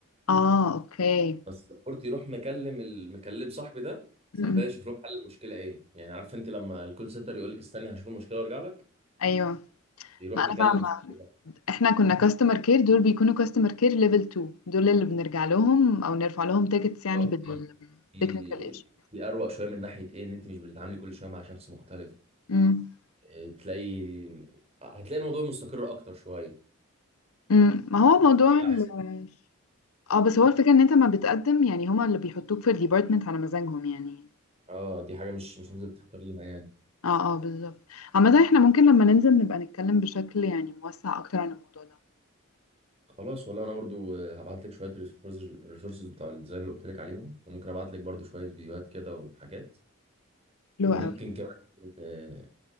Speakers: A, on the left; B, on the right.
A: اه اوكي
B: بس السبورت يروح مكلم المكلم صاحبي ده صاحبي
A: مم. أمم،
B: ده يشوف له حل المشكلة إيه يعني عارف أنت لما الكول سنتر يقول لك استني هشوف المشكلة وأرجع لك
A: ايوه
B: يروح
A: ما
B: يكلم
A: انا فاهمه
B: صاحبي ده
A: احنا كنا كاستمر كير دول بيكونوا كاستمر كير ليفل 2 دول اللي بنرجع لهم او نرفع لهم تيكتس يعني
B: آه،
A: بالتكنيكال
B: دي دي
A: ايشو
B: دي أروق شوية من ناحية إيه إن أنت مش بتتعاملي كل شوية مع شخص مختلف
A: امم
B: آه، تلاقي هتلاقي الموضوع مستقر اكتر شويه
A: امم ما هو موضوع
B: دي
A: ال-
B: احسن
A: اه بس هو الفكره ان انت ما بتقدم يعني هما اللي بيحطوك في الديبارتمنت على مزاجهم يعني
B: اه دي حاجه مش مش انت اللي تختاريها يعني
A: اه اه بالظبط عامة احنا ممكن لما ننزل نبقى نتكلم بشكل يعني موسع اكتر عن الموضوع ده
B: خلاص والله انا برضو هبعت لك شويه الريسورسز بتاع الديزاين اللي قلت لك عليهم وممكن ابعت لك برضو شويه فيديوهات كده وحاجات
A: حلو
B: وممكن
A: قوي
B: كمان آه،